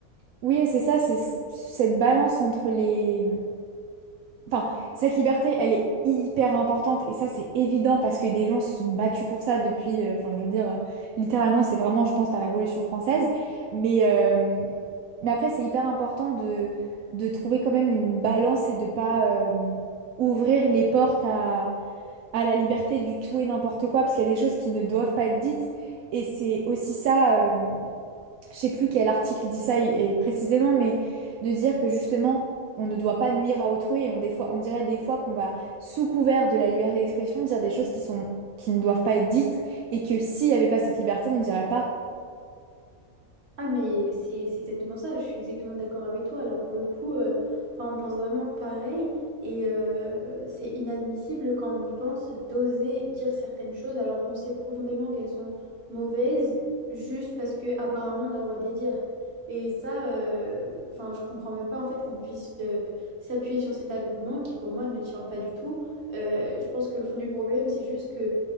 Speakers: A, on the right; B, on the right.
A: Oui, et c'est ça, c'est c- cette balance entre les... Enfin, cette liberté, elle est hyper importante et ça, c'est évident parce que des gens se sont battus pour ça depuis, euh, enfin, je veux dire, euh, littéralement, c'est vraiment, je pense, la Révolution française. Mais, euh, mais après, c'est hyper important de, de trouver quand même une balance et de pas euh, ouvrir les portes à à la liberté du tout et n'importe quoi, parce qu'il y a des choses qui ne doivent pas être dites. Et c'est aussi ça, euh, je sais plus quel article dit ça et, et précisément, mais de dire que justement, on ne doit pas nuire à autrui. Et on, des fois, on dirait des fois qu'on va, sous couvert de la liberté d'expression, dire des choses qui sont, qui ne doivent pas être dites, et que s'il n'y avait pas cette liberté, on ne dirait pas.
B: Ah mais c'est c'est exactement ça, je suis exactement d'accord avec toi. Là pour le coup, euh, enfin on pense vraiment pareil et euh, c'est inadmissible quand on y pense d'oser dire certaines choses alors qu'on sait profondément qu'elles sont mauvaises juste parce que apparemment on a le droit de les dire. Et ça, euh, enfin je comprends même pas en fait qu'on puisse euh, s'appuyer sur cet argument qui pour moi ne tient pas du tout. Euh, je pense que le fond du problème c'est juste que